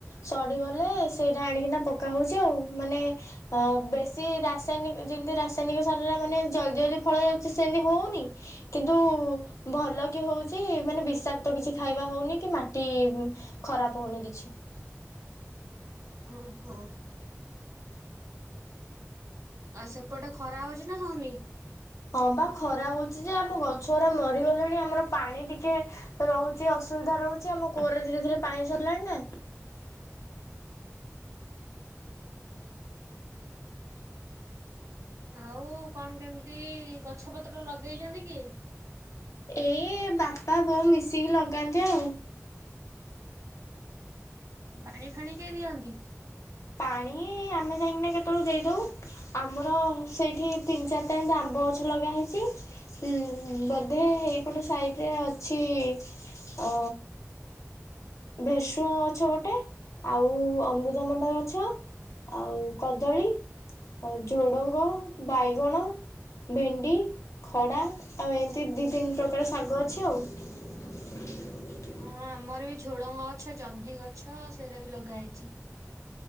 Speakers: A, on the left (about 70°); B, on the right (about 75°).
A: ସଢିଗଲେ ସେଇଟା ଆଣିକିନା ପକା ହଉଛି ଆଉ ମାନେ ଅ ବେଶୀ ରାସାୟନିକ ଯେମତି ରାସାୟନିକ ସାର ଟା ମାନେ ଜଲଦି ଜଲଦି ଫଳ ଯାଉଛି ସେମିତି ହଉନି କିନ୍ତୁ ଭଲ କି ହଉଚି ମାନେ ବିଷାକ୍ତ କିଛି ଖାଇବା ହଉନି କି ମାଟି ଖରାପ ହଉନି କିଛି।
B: ଓହୋ। ଆଉ ସେପଟେ ଖରା ହଉଛି ନା ହଉନି।
A: ହଁ ବା ଖରା ହଉଛି ଯେ ଆମ ଗଛ ଗୁଡା ମରିଗଲେଣି ଆମର ପାଣି ଟିକେ ରହୁଛି ଅସୁବିଧା ରହୁଛି ଆମ କୂଅରେ ଧୀରେ ଧୀରେ ପାଣି ସରିଲାଣି ନା
B: ଆଉ କଣ କେମିତି ଗଛ ପତ୍ର ଲଗେଇଛନ୍ତି କି?
A: ଏଇ ବାପ ବାପା ବୋଉ ମିଶିକି ଲଗାନ୍ତି ଆଉ।
B: ପାଣି ଫାଣି କିଏ ଦିଅନ୍ତି?
A: ପାଣି ଆମେ ଯାଇକିନା କେତେବେଳୁ ଦେଇଦଉ ଆମର ସେଇଠି ତିନି ଚାରି ଟା ଏମିତି ଆମ୍ବ ଗଛ ଲଗା ହେଇଛି ଉ ବଧେ ହେଇପଟ ସାଇଡରେ ଅଛି ଅ ଭେସୁଅଁ ଗଛ ଗୋଟେ ଆଉ ଅମୃତମଣ୍ଡା ଗଛ ଆଉ କଦଳୀ ଆଉ ଝୋଡଙ୍ଗ ବାଇଗଣ ଭେଣ୍ଡି ଖଡା ଆଉ ଏମିତି ଦି ତିନି ପ୍ରକାର ଶାଗ ଅଛି ଆଉ।
B: ହଁ ଆମର ବି ଝୁଡଙ୍ଗ ଗଛ ଜହ୍ନି ଗଛ ସେଇରା ବି ଲଗା ହେଇ ଚି